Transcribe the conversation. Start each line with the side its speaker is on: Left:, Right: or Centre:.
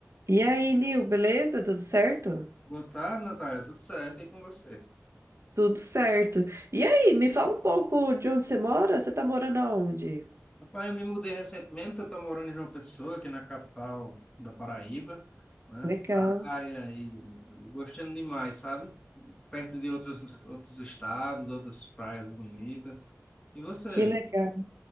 Right: E aí, Nil, beleza? Tudo certo?
Left: Boa tarde, Natália. Tudo certo? E com você?
Right: Tudo certo. E aí, me fala um pouco de onde você mora? Você tá morando aonde?
Left: Rapaz, eu me mudei recentemente. Eu estou morando em João Pessoa, aqui na capital da Paraíba, né?
Right: Legal,
Left: Praia e gostando demais, sabe? Perto de outros, outros estados, outras praias bonitas. E você?
Right: que legal.